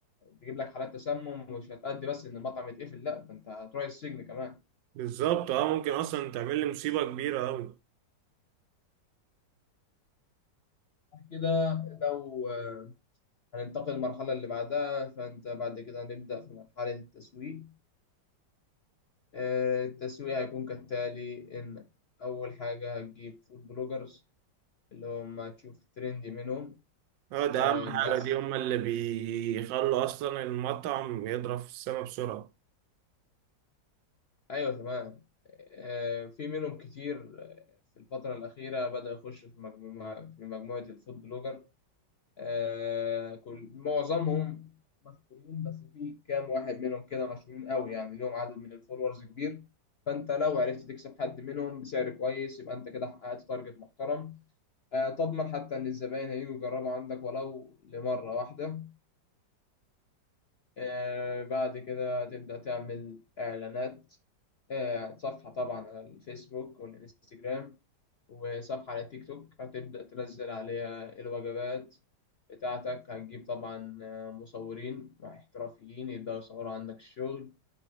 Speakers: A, on the left (about 60°); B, on the right (about 85°).
A: تجيب لك حالات تسمم مش هتأدي بس ان المطعم يتقفل لا ده انت هتروح السجن كمان
B: بالظبط اه ممكن أصلا تعمل لي مصيبة كبيرة أوي
A: بعد كده لو آه، هننتقل للمرحله اللي بعدها فانت بعد كده هنبدأ في مرحله التسويق آه، التسويق هيكون كالتالي انك اول حاجه هتجيب فود بلوجرز اللي هم هتشوف ترندي منهم
B: اه ده
A: آه،
B: اهم
A: الناس
B: حاجة دي هما اللي بيخلوا اصلا المطعم يضرب في السما بسرعة
A: ايوه تمام آه، في منهم كتير آه، في الفترة الأخيرة بدأ يخش في مجموعة في مجموعة الفود بلوجر آه، كل معظمهم مشهورين بس في كام واحد منهم كده مشهورين قوي يعني ليهم عدد من الفولورز كبير فأنت لو عرفت تكسب حد منهم بسعر كويس يبقى أنت كده حققت تارجت محترم آه، تضمن حتى إن الزباين هيجوا يجربوا عندك ولو لمرة واحدة آه، بعد كده تبدأ تعمل إعلانات آه، صفحة طبعا على الفيسبوك والإنستجرام وصفحة على تيك توك هتبدأ تنزل عليها الوجبات بتاعتك هتجيب طبعا آه، مصورين احترافيين يبدأوا يصوروا عندك الشغل